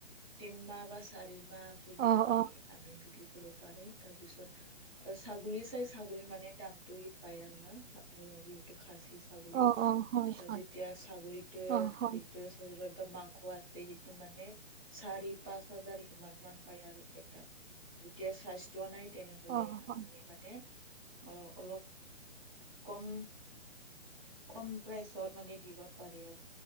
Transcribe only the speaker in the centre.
তিনমাহ বা চাৰি মাহ
পুহিল মানে
আমি বিক্ৰী কৰিব পাৰে, তাৰপিছত অ, 'ছাগলী চাই ছাগলী মানে দামটো পায় আৰু না যিহেতু খাচী ছাগলী
যেতিয়া ছাগলীটোৱে।
শৰীৰত বা মাংস আছে সেইটো মানে চাৰি পাঁচ হাজাৰ ইমান মান পায় আৰু এটা যেতিয়া চাইজ চোৱা নাই। তেনেহলে
আমি মানে অ, অলপ কম কম প্ৰাইচত মানে দিব পাৰি আৰু,